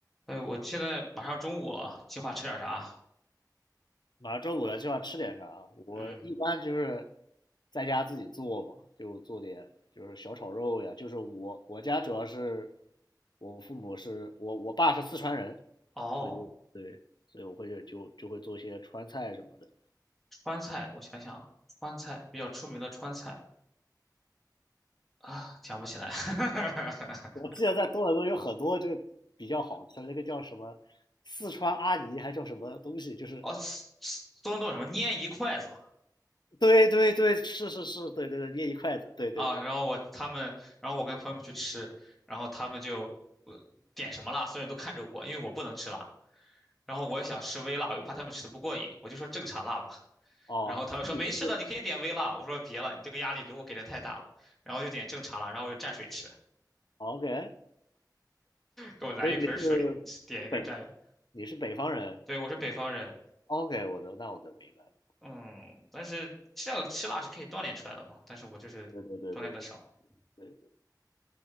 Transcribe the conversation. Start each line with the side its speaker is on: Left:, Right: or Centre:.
Centre: 哎，我现在马上中午了，计划吃点啥？
Left: 马上周五了，今晚吃点啥？我一般就是
Centre: 嗯，
Left: 在家自己做嘛，就做点就是小炒肉呀。就是我我家主要是我父母是我我爸是四川人，
Centre: 哦，
Left: 所以对，所以我会就就就会做一些川菜什么的。
Centre: 川菜，我想想，川菜比较出名的川菜啊，想不起来。<laughs>
Left: 我记得在多伦多有很多就是比较好吃的，那个叫什么四川阿姨还叫什么东西，就是
Centre: 哦，是是东东什么拈一筷子
Left: 对对对，是是是，对对对，捏一筷子，对对对，
Centre: 啊？然后我他们，然后我跟朋友们去吃，然后他们就呃点什么辣，所有人都看着我，因为我不能吃辣。然后我也想吃微辣，我又怕他们吃的不过瘾，我就说正常辣吧。
Left: 哦，
Centre: 然后他们说没事的，
Left: 所以你是
Centre: 你可以点微辣。我说别了，你这个压力给我给的太大了。然后就点正常辣，然后我就蘸水吃。
Left: OK，
Centre: 给我来一盆水，
Left: 所以你是
Centre: 点一个蘸一个。
Left: 北你是北方人
Centre: 对，我是北方人，
Left: 哦，OK，我的那我的明白了。
Centre: 嗯，但是这样吃辣是可以锻炼出来的嘛，但是我就是锻炼的少，
Left: 对对对对对对。